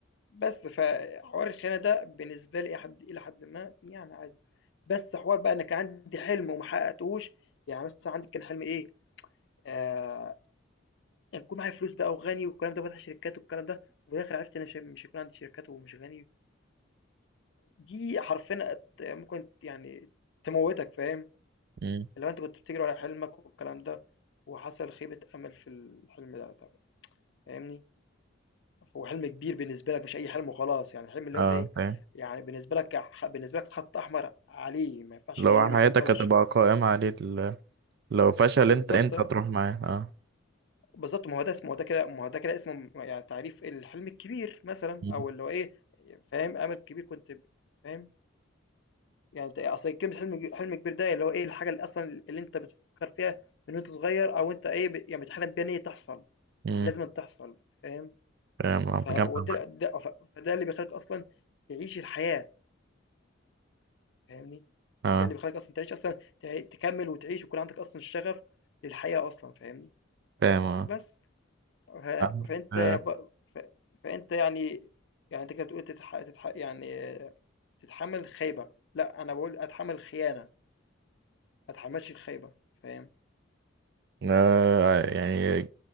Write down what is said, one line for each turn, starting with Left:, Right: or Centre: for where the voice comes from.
Left: بس فحوار الخيانة ده بالنسبة لي إلى حد إلى حدٍ ما يعني عادي، بس حوار بقى أنا كان عندي حلم وما حققتهوش، يعني مثلًا عندي كان حلمي إيه، آآ أكون معايا فلوس بقى وغني والكلام ده وفاتح شركات والكلام ده، وفي الآخر عرفت أنا مش مش هيكون عندي شركات ومش غني، دي حرفيًا هت ممكن يعني تموّتك فاهم،
Right: مم.
Left: اللي هو أنت كنت بتجري ورا حلمك والكلام ده، وحصل خيبة أمل في الحلم ده طبعًا فاهمني، هو حلم كبير بالنسبة لك مش أي حلم وخلاص، يعني الحلم اللي
Right: أه
Left: هو أنت إيه
Right: فاهم
Left: يعني بالنسبة لك ح بالنسبة لك خط أحمر عليه ما ينفعش
Right: لو
Left: إيه
Right: حياتك
Left: ما يحصلش،
Right: هتبقى قائمة عليه ال- لو فشل
Left: بالضبط
Right: أنت أنت
Left: آه.
Right: هتروح معاه أه
Left: بالضبط، ما هو ده اسمه ما هو ده كده ما هو ده كده اسمه م يعني تعريف الحلم الكبير مثلًا
Right: مم.
Left: أو اللي هو إيه، فاهم، أمل كبير كنت ب فاهم، يعني أنت أصل كلمة حلم حلم كبير ده اللي هو إيه، الحاجة اللي أصلًا اللي أنت بتفكّر فيها من وأنت صغير أو أنت إيه، ب يعني بتحلم بيها إن هي تحصل،
Right: امم
Left: لازمًا تحصل، فاهم،
Right: فاهم عم-
Left: ف وده
Right: جمع
Left: ده ف فده اللي بيخلّيك أصلًا تعيش الحياة، فاهمني،
Right: اه
Left: ده اللي بيخلّيك أصلًا تعيش أصلًا ت تكمّل وتعيش ويكون عندك أصلًا الشغف للحياة أصلًا، فاهمني،
Right: فاهم اه
Left: بس. ف...
Right: عارف،
Left: فأنت
Right: آه،
Left: ب... ف... فأنت يعني يعني أنت كده بتقول تتح... تتح... يعني آه، تتحمل خيبة لا أنا بقول أتحمل خيانة ما أتحملش الخيبة فاهم
Right: آه، يعني إج-